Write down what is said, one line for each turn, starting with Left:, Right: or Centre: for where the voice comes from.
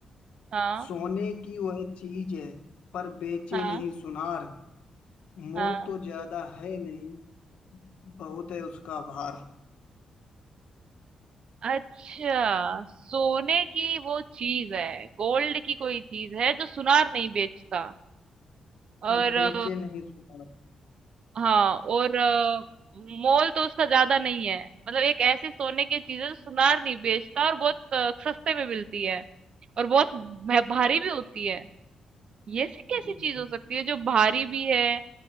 Right: हाँ
Left: सोने की वह चीज है पर बेचे
Right: हाँ
Left: नहीं सुनार मोल
Right: हाँ
Left: तो ज्यादा है नहीं बहुत है उसका भार
Right: अच्छा सोने की वो चीज है गोल्ड की कोई चीज है जो सुनार नहीं बेचता और
Left: पर
Right: अ,
Left: बेचे नहीं सुनार
Right: हाँ और अ, मोल तो उसका ज्यादा नहीं है मतलब एक ऐसी सोने की चीज है जो सुनार नहीं बेचता और बहुत अ, सस्ते में मिलती है और बहुत भा- भारी भी होती है ये सी
Left: हम्म,
Right: कैसी चीज हो सकती है जो भारी भी है